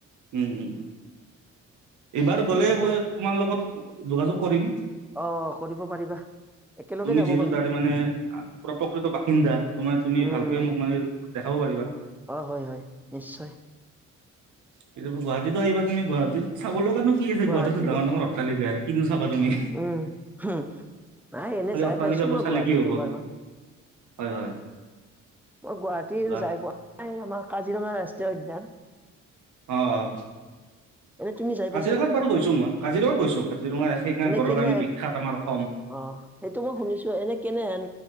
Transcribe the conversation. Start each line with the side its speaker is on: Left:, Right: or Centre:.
Right: উম, উম, এইবাৰ গলে
Centre: এনেইতো
Right: মই তোমাৰ লগত যোগাযোগ কৰিম।
Centre: অ', অ' কৰিব পাৰিবা। একেলগে
Right: তুমি
Centre: যাব
Right: যিহেতু
Centre: পাৰিম
Right: তাৰেমানে পুৰা প্ৰকৃত বাসিন্দা, তোমাৰ তুমি
Centre: উম
Right: ভালকে মোক মানে দেখাব পাৰিবা।
Centre: অ' হয় হয় নিশ্চয়।
Right: কেতিয়াবা গুৱাহাটীতো আহিবা তুমি, গুৱাহীত চাব লগানো কি আছে
Centre: গুৱাহাটী
Right: গুৱাহাটীত খালি ডাঙৰ ডাঙৰ অট্টালিকাই। চাবা তুমি।
Centre: উম হুম নাই এনে
Right: খালি
Centre: যাই
Right: অট্টালিকাবোৰ
Centre: পাইছো মই
Right: চালে
Centre: গুৱাহাটীত
Right: কি হ'ব?
Centre: দুবাৰ মান
Right: হয় হয়।
Centre: মই গুৱাহাটী
Right: যোৱা
Centre: যাই পোৱা নাই, আমাৰ কাজিৰঙা ৰাষ্ট্ৰীয় উদ্যান
Right: অ', অ'।
Centre: এনে তুমি যায়
Right: কাজিৰঙাত
Centre: পাইছা নে?
Right: বাৰু
Centre: কাজি,
Right: গৈছো মই কাজিৰঙাত গৈছো কাজিৰঙা সেইকাৰণে
Centre: এনে
Right: গড়ৰ
Centre: কেনে?
Right: কাৰণে বিখ্যাত আমাৰ অসম
Centre: অ' সেইটো মই শুনিছোঁ। এনে কেনেহেন